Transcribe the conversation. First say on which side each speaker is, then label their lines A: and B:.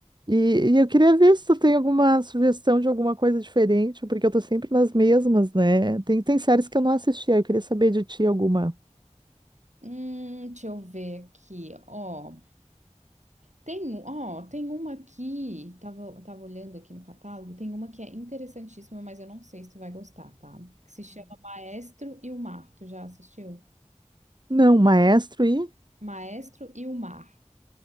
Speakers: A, on the right; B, on the right.
A: E, e eu queria ver se tu tem alguma sugestão de alguma coisa diferente, porque eu tô sempre nas mesmas, né? Tem, tem séries que eu não assisti, aí eu queria saber de ti alguma.
B: Hum, deixa eu ver aqui, ó. Tem, um- ó, tem uma aqui, tava, tava olhando aqui no catálogo, tem uma que é interessantíssima, mas eu não sei se tu vai gostar, tá? Que se chama Maestro e o Mar. Tu já assistiu?
A: Não, maestro e,
B: Maestro e o Mar.